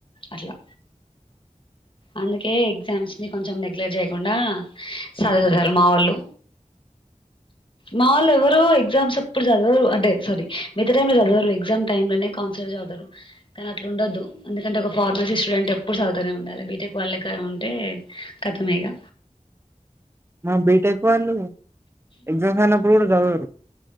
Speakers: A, on the left; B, on the right.
A: అట్లా అందుకే ఎగ్జామ్స్ ని కొంచెం నెగ్లట్ చేయకుండా సదువుతారు మావోళ్ళు మావాళ్ళు ఎవరు ఎగ్జామ్స్ అప్పుడు చదవరు అంటే సారీ మిగత టైం లో చదవరు ఎగ్జామ్ టైమ్ లోనే చదుతారు కానీ అట్ల ఉండదు ఎందుకంటే ఒక ఫార్మసీ స్టూడెంట్ ఎప్పుడు చదువుతనే ఉండాలి బీటెక్ వాళ్ళే లెక్క ఉంటే కతమిగా
B: మా బీటెక్ వాళ్ళు ఎగ్జామ్స్ అయినప్పుడు కూడా చదవరు